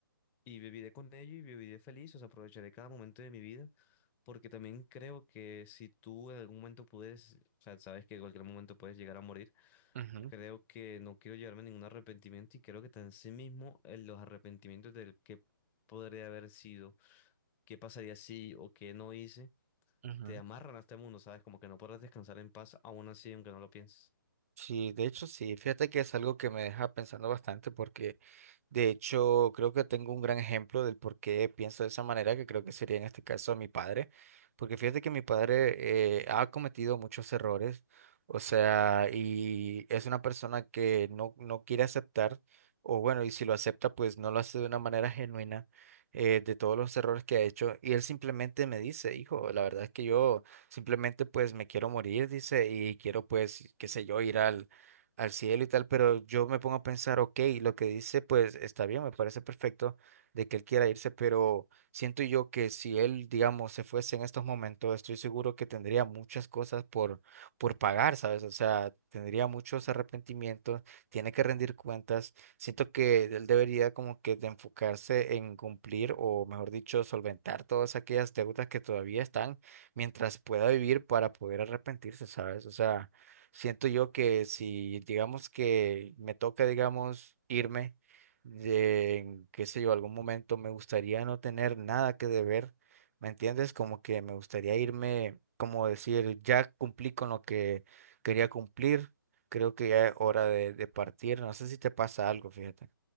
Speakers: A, on the left; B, on the right.
A: y viviré con ello y viviré feliz, o sea, aprovecharé cada momento de mi vida, porque también creo que si tú en algún momento puedes, o sea, sabes que en cualquier momento puedes llegar a morir
B: ujú,
A: Creo que no quiero llevarme ningún arrepentimiento y creo que tan en sí mismo en los arrepentimientos del que podría haber sido, qué pasaría si o qué no hice,
B: ujú.
A: te amarran a este mundo, ¿sabes? Como que no podrás descansar en paz aún así, aunque no lo pienses.
B: Sí, de hecho sí, fíjate que es algo que me deja pensando bastante porque De hecho, creo que tengo un gran ejemplo del por qué pienso de esa manera, que creo que sería en este caso a mi padre, porque fíjate que mi padre eh, ha cometido muchos errores, o sea, y es una persona que no, no quiere aceptar, o bueno, y si lo acepta, pues no lo hace de una manera genuina eh, de todos los errores que ha hecho, y él simplemente me dice, hijo, la verdad es que yo simplemente pues me quiero morir, dice, y quiero pues, qué sé yo, ir al al cielo y tal, pero yo me pongo a pensar, ok, lo que dice, pues está bien, me parece perfecto de que él quiera irse, pero siento yo que si él, digamos, se fuese en estos momentos, estoy seguro que tendría muchas cosas por, por pagar, ¿sabes? O sea, tendría muchos arrepentimientos, tiene que rendir cuentas. Siento que él debería como que de enfocarse en cumplir o, mejor dicho, solventar todas aquellas deudas que todavía están mientras pueda vivir para poder arrepentirse, ¿sabes? O sea... Siento yo que si, digamos que me toca, digamos, irme, de, en, qué sé yo, algún momento me gustaría no tener nada que deber, ¿me entiendes? Como que me gustaría irme, como decir, ya cumplí con lo que quería cumplir, creo que ya es hora de, de partir, no sé si te pasa algo, fíjate,